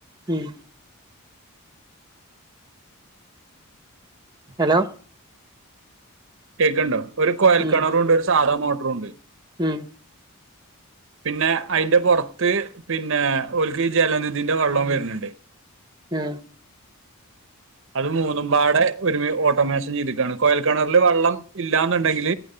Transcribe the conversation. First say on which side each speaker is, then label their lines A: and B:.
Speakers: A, on the right; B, on the right.
A: ഉം ഹലോ.
B: കേക്കണ്ടോ ഒരു കോയൽ
A: ഉം
B: കിണറും ഉണ്ട് ഒരു സാധാ മോട്ടറും ഉണ്ട്.
A: ഉം
B: പിന്നെ അയിന്റെ പുറത്ത് പിന്നെ ഒൽക്ക് ജലനിധിന്റെ വെള്ളം വരുന്നുണ്ട്.
A: ഏ
B: അത് മൂന്നും പാടെ ഒരുമി ഓട്ടോമേഷൻ ചെയ്തിക്കാണ് കോയൽക്കണറില് വെള്ളം ഇല്ലന്നുണ്ടെങ്കിൽ.